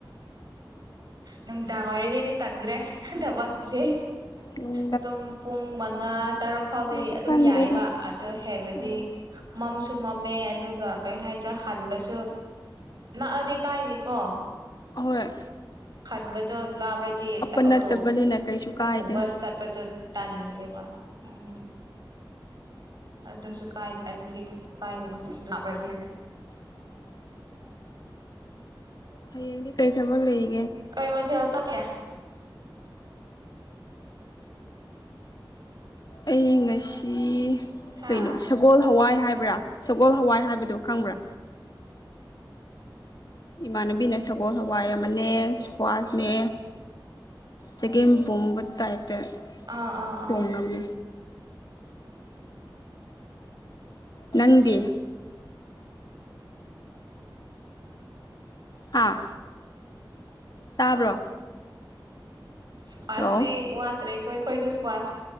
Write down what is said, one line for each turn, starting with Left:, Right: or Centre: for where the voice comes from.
Right: ꯅꯪ ꯅꯨꯡꯗꯥꯡ ꯑꯣꯏꯔꯗꯤ ꯇꯟꯒ꯭ꯔꯦ ꯇꯕꯛꯁꯤ
Left: ꯎꯝ
Right: ꯑꯗꯨꯝ ꯄꯨꯡ ꯃꯉꯥ ꯇꯔꯨꯛ ꯐꯥꯎꯗꯤ
Left: ꯀꯩꯁꯨ
Right: ꯑꯗꯨꯝ
Left: ꯈꯟꯗꯦꯗ
Right: ꯌꯥꯏꯌꯦꯕ ꯑꯗꯨ ꯍꯦꯜꯂꯗꯤ
Left: ꯎꯝ
Right: ꯃꯝ ꯇꯨꯝꯃꯝꯃꯦ ꯑꯗꯨꯒ ꯀꯩ ꯍꯥꯏꯗ꯭ꯔꯥ ꯍꯟꯕꯁꯨ ꯅꯛꯑꯗꯤ ꯀꯥꯏꯗꯦꯀꯣ
Left: ꯍꯣꯏ
Right: ꯈꯟꯕꯗꯣ ꯂꯥꯞꯔꯗꯤ ꯑꯣꯇꯣ
Left: ꯅꯠꯇꯕꯅꯤꯅ ꯀꯩꯁꯨ ꯀꯥꯏꯗꯦ
Right: ꯒꯨꯝꯕ ꯆꯠꯄꯗꯣ ꯇꯜꯂꯦꯕ ꯎꯝ ꯑꯗꯨꯁꯨ ꯀꯥꯏ ꯑꯗꯨꯗꯤ ꯀꯥꯏ ꯊꯥꯞꯂꯗꯤ ꯍꯥꯏꯅ
Left: <inaudible> ꯍꯌꯦꯡꯒꯤ ꯀꯩ ꯊꯕꯛ ꯂꯩ
Right: ꯀꯩ ꯃꯊꯦꯜ ꯆꯥꯀꯦ
Left: ꯑꯩ ꯉꯁꯤ
Right: ꯑꯥ
Left: ꯀꯩꯅꯣ ꯁꯒꯣꯜ ꯍꯋꯥꯏ ꯍꯥꯏꯕ꯭ꯔꯥ ꯁꯒꯣꯜ ꯍꯋꯥꯏ ꯍꯥꯏꯕꯗꯨ ꯈꯪꯕ꯭ꯔꯥ ꯏꯃꯥꯟꯅꯕꯤꯅ ꯁꯒꯣꯜ ꯁꯋꯥꯏ ꯑꯃꯅꯦ ꯁ꯭ꯀ꯭ꯋꯥꯁ ꯃꯦ ꯆꯒꯦꯝ ꯄꯣꯝꯕ ꯇꯥꯏꯞ ꯇ
Right: ꯑꯥ
Left: ꯊꯣꯡ
Right: ꯑꯥ
Left: ꯉꯝꯃꯤ ꯅꯪꯗꯤ ꯍꯥꯥ ꯇꯥꯕ꯭ꯔꯣ
Right: ꯁ꯭ꯀꯋꯥꯁ
Left: ꯍꯜꯂꯣ
Right: ꯋꯥꯠꯇꯔꯦ ꯑꯈꯣꯏ ꯈꯣꯏꯁꯨ ꯁ꯭ꯀꯋꯥꯁ